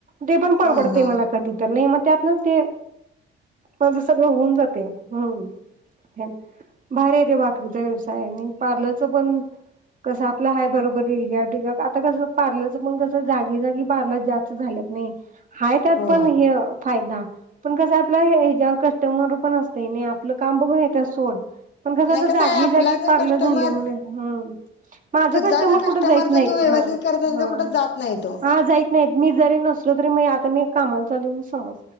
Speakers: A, on the right; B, on the left.
A: ते पण परवडतय
B: हा हा
A: मला कधी तर नाही मग त्यातन ते माझ सगळं होऊन जातय हूं भारी आहे ते भाकरीचा व्यवसाय आहे आणि पार्लरच पण कस आपलं हाय बरोबर रिगा टिगा आता कस पार्लरच पण कस जागी जागी पार्लर जास्त झाल्यात नई हाय त्यात
B: हो
A: पण ह्य फायदा पण कसं आपलं हे तेव्हा कस्टमरं पण अस त्याने आपलं काम बघून येत अस सोड पण कसं
B: नाही
A: आता जागी
B: आहे आपला
A: जागी
B: जो
A: पार्रलं
B: कस्टमर
A: झाले म्हणून हूं माझ
B: तुझा
A: कस्टमर
B: जो
A: कुठ जाईत
B: जर
A: नाहीत
B: तू व्यवस्थित
A: ह
B: करत असेल
A: ह
B: तर कुठं जात नाही तो
A: ह जाईत नाहीत मी जरी नसलो तरी मी आता मी कामाला चाल्ली म्हणून समज